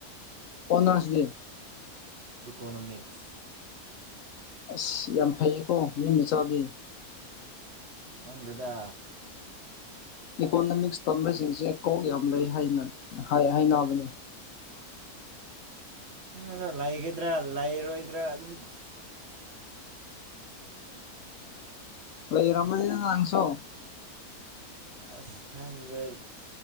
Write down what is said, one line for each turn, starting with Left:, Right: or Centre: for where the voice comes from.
Left: ꯄꯟꯅꯥꯁꯗꯤ
Right: ꯏꯀꯣꯅꯣꯃꯤꯛꯁ
Left: ꯑꯁ ꯌꯥꯝ ꯐꯩꯌꯦꯀꯣ ꯌꯨꯝꯗ ꯆꯥꯗꯦ
Right: ꯈꯪꯗꯦꯗꯥ
Left: ꯏꯀꯣꯅꯣꯃꯤꯛꯁ ꯇꯝꯕꯁꯤꯡꯁꯦ ꯀꯣꯛ ꯌꯥꯝ ꯂꯩ ꯍꯥꯏꯅ ꯍꯥꯏꯅꯕꯅꯤ
Right: ꯑꯅ ꯂꯩꯒꯗ꯭ꯔꯥ ꯂꯩꯔꯣꯏꯗ꯭ꯔꯥ ꯑꯗꯨꯝ <inaudible>
Left: ꯂꯩꯔꯝꯃꯅꯤꯅ ꯅꯡꯁꯨ
Right: ꯑꯁ ꯈꯪꯖꯔ